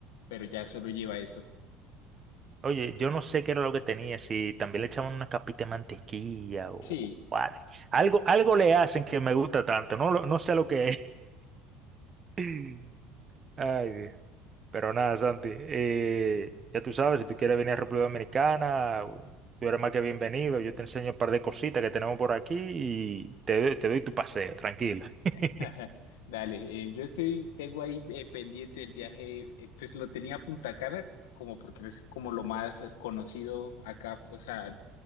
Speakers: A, on the left; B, on the right.
A: pero ya solo lleva eso.
B: Oye, yo no sé qué era lo que tenía, si también le echaban una capita de mantequilla o
A: Sí.
B: o al- algo, algo le hacen que me gusta tanto, no, lo- no sé lo que es. <laughs> Ay, Dios. Pero nada, Santi, eh, ya tú sabes, si tú quieres venir a República Dominicana, tú eres más que bienvenido. Yo te enseño un par de cositas que tenemos por aquí y te, doy- te doy tu paseo, tranquila. <laughs>
A: <laughs> Dale, eh, yo estoy, tengo ahí eh, pendiente el viaje, eh, pues lo tenía a Punta Cana como porque es como lo más conocido acá, o sea,